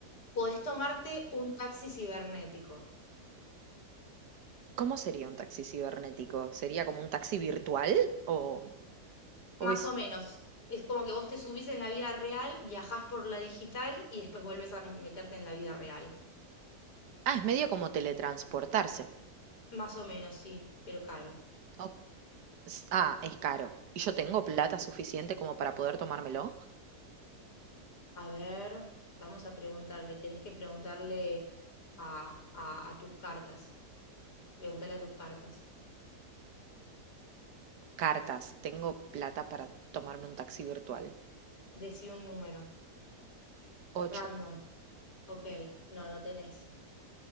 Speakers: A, on the left; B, on the right.
A: Podés tomarte un taxi cibernético.
B: ¿Cómo sería un taxi cibernético? ¿Sería como un taxi virtual? ¿O,
A: Más
B: o es...
A: o menos. Es como que vos te subís en la vida real, viajás por la digital y después vuelves a meterte en la vida real.
B: Ah, es medio como teletransportarse.
A: Más o menos, sí, pero caro.
B: Ok. S- Ah, es caro. ¿Y yo tengo plata suficiente como para poder tomármelo?
A: A ver, vamos a preguntarle. Tenés que preguntarle a, a, a tus cartas. Pregúntale a tus cartas.
B: Cartas, tengo plata para tomarme un taxi virtual.
A: Decí un número.
B: Ocho,
A: Random. Ok. No, no tenés.